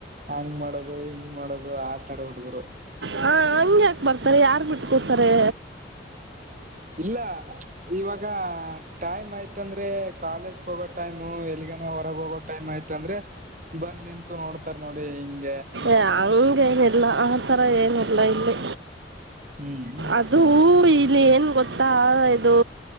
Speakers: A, on the right; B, on the right.
A: ಹಂಗ್ ಮಾಡೋದು ಹಿಂಗ್ ಮಾಡೋದು ಆತರ ಹುಡ್ಗುರು.
B: ಹಾ ಹಂಗ್ ಯಾಕ್ ಬರ್ತಾರೆ ಯಾರ್ ಬಿಟ್ಕೋತಾರೆ.
A: ಇಲ್ಲ ಇವಾಗ ಟೈಮ್ ಆಯ್ತಂದ್ರೆ ಕಾಲೇಜ್ಗ್ ಹೋಗೋ ಟೈಮು ಎಲ್ಲಿ ಗನ ಹೊರಗ್ ಹೋಗೋ ಟೈಮ್ ಆಯ್ತಂದ್ರೆ ಬಂದ್ ನಿಂತು ನೋಡ್ತಾರ್ ನೋಡಿ ಹಿಂಗ್
B: ಏ ಹಂಗೇನಿಲ್ಲ ಅ ತರಾ ಏನಿಲ್ಲಾ ಇಲ್ಲಿ
A: ಹ್ಮ್
B: ಅದು ಈ. ಇ ಏನು ಗೊತ್ತಾ ಇದು.